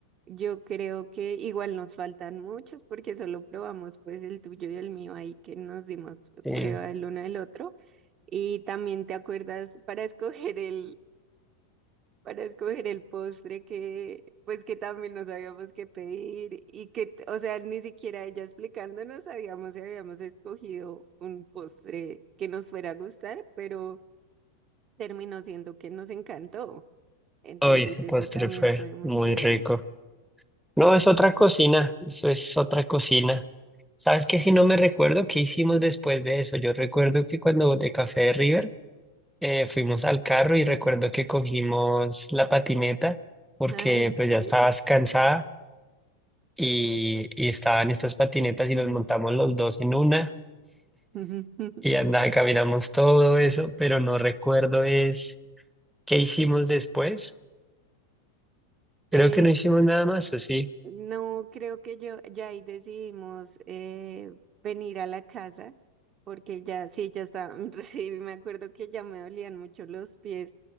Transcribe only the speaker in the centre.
Sí.
Hoy ese
postre
fue
muy
rico. No, es otra cocina, eso es otra cocina. ¿Sabes qué? Si no me recuerdo qué hicimos después de eso. Yo recuerdo que cuando de Café de River eh, fuimos al carro y recuerdo que cogimos la patineta porque
pues
ya estabas cansada y, y estaban estas patinetas y nos montamos los dos en una
y andaba, caminamos todo eso, pero no recuerdo es qué hicimos después. Creo
que no hicimos nada más, ¿o sí?